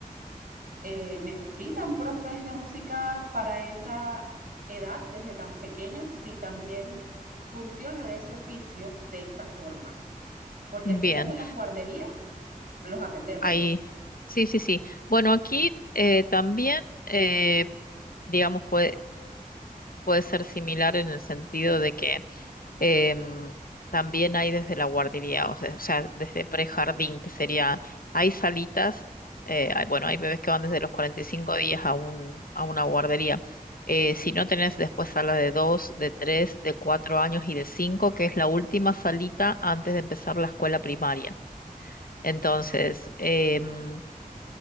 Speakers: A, on the right; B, on the left.
A: eh, necesitan profes de música para esa edad, desde tan pequeños, si también funciona ese oficio de esa forma. porque
B: bien.
A: aquí desde las guarderías los atendemos.
B: Ahí. Sí, sí, sí. Bueno, aquí eh, también, eh, digamos, puede, puede ser similar en el sentido de que Em, también hay desde la guardería, o sea, o sea, desde prejardín, que sería, hay salitas, eh, hay- bueno, hay bebés que van desde los 45 días a un, a una guardería. Eh, si no tenés después sala de 2 de 3 de 4 años y de cinco que es la última salita antes de empezar la escuela primaria. Entonces, em,